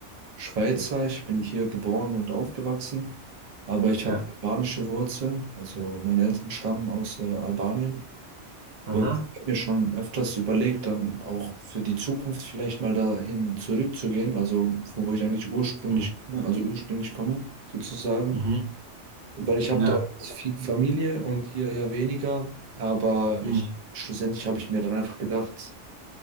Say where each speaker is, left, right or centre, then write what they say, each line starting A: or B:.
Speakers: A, on the right; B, on the right.
A: Schweizer, ich bin hier geboren und aufgewachsen, aber ich
B: ja,
A: habe albanische Wurzeln, also meine Eltern stammen aus äh, Albanien.
B: aha.
A: Und ich habe mir schon öfters überlegt, dann auch für die Zukunft vielleicht mal dahin zurückzugehen, also von wo ich eigentlich ursprünglich
B: Mhm.
A: komme, also ursprünglich komme sozusagen.
B: Mhm.
A: Weil ich habe
B: Ja.
A: dort viel Familie und hier eher weniger, aber
B: Mhm.
A: ich, schlussendlich habe ich mir dann einfach gedacht,